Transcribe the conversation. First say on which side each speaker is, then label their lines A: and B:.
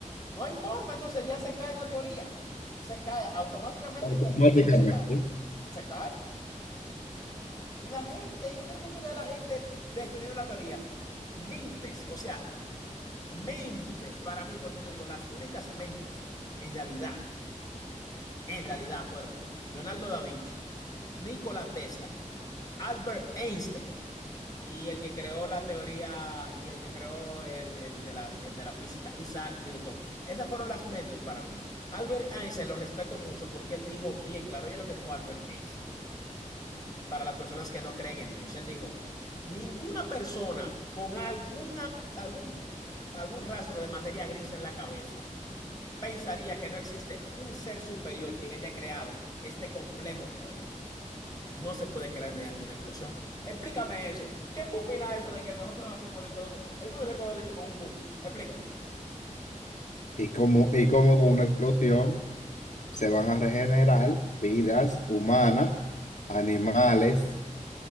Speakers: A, on the left (about 30°); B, on the left (about 70°).
A: no hay forma, entonces ya se cae esa teoría. Se cae, automáticamente
B: Automáticamente.
A: con eso se cae. Se cae. Y la gente, yo quiero que tú veas a la gente defendiendo la teoría. Mentes, o sea, mentes para mí, por eso te digo, las únicas mentes en realidad, en realidad fueron Leonardo da Vinci, Nikola Tesla, Albert Einstein Y el que creó la teoría y el que creó el, el de la, el de la física, Isaac Newton. Esas fueron las mentes para mí. Albert Einstein lo respeto mucho porque él dijo bien claro, oye lo que dijo Albert Einstein, para las personas que no creen en Dios. Él dijo, ninguna persona con alguna, algún, algún rastro de materia gris en la cabeza pensaría que no existe un ser superior quien haya creado este complejo cuerpo no se puede crear mediante una explosión. Explícame eso. ¿Qué tú opinas de eso de que nosotros nacimos de que- el mundo se conoce de que con un boom? Explica.
B: Y como, y como con una explosión se van a regenerar vidas humanas, animales,